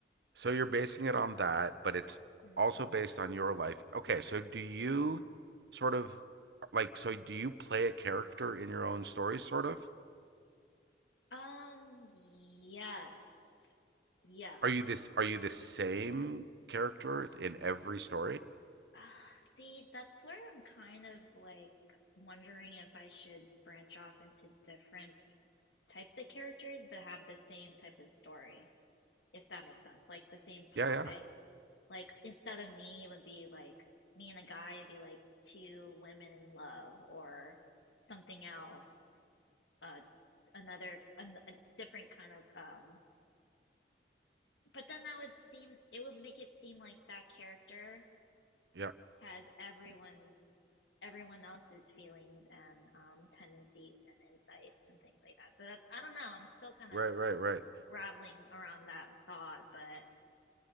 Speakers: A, on the right; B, on the left.
A: So you're basing it on that, but it's
B: Mm-hmm.
A: also based on your life. Okay, so do you sort of like so do you play a character in your own stories sort of?
B: Um, yes. Yeah.
A: Are you this are you the same character in every story?
B: Uh, see, that's where I'm kind of like wondering if I should branch off into different types of characters but have the same type of story, if that makes sense. Like the same topic.
A: Yeah, yeah.
B: Like instead of me, it would be like me and a guy, it'd be like two women in love or something else. Uh, another an, a different kind of um. But then that would seem it would make it seem like that character
A: Yeah.
B: has everyone's everyone else's feelings and um, tendencies and insights and things like that. So that's I don't know. I'm still kind
A: Right,
B: of
A: right, right.
B: graveling around that thought, but